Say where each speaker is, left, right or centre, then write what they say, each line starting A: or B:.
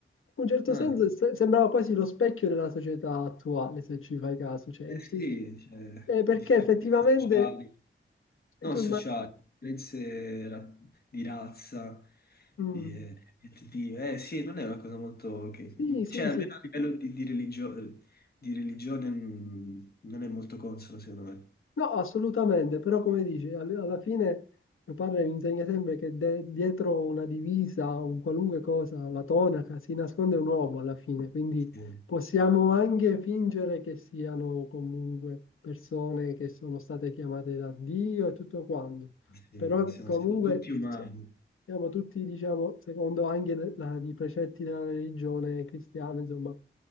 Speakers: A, on the left; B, on the left.
A: in un certo
B: Ah,
A: senso se- sembrava quasi lo specchio della società attuale, se ci fai caso, cioè,
B: eh
A: ci-
B: sì, cioè,
A: eh, perché
B: differenze
A: effettivamente
B: sociali. non
A: tu
B: sociali, differenze ra- di razza,
A: immagini...
B: di, eh, di etnie. Eh sì, non è una cosa molto... Che,
A: sì, sì,
B: cioè, almeno
A: sì,
B: a livello di, di religio- di religione mh, non è molto consono, secondo me.
A: No, assolutamente, però come dici, all- alla fine mio padre mi insegna sempre che de- dietro una divisa, un qualunque cosa, la tonaca, si nasconde un uomo alla fine, quindi
B: Sì,
A: possiamo anche fingere che siano comunque persone che sono state chiamate da Dio e tutto quanto,
B: sì,
A: però
B: siamo,
A: comunque
B: siamo tutti umani.
A: so- siamo tutti, diciamo, secondo anche le- la- i precetti della religione cristiana, insomma,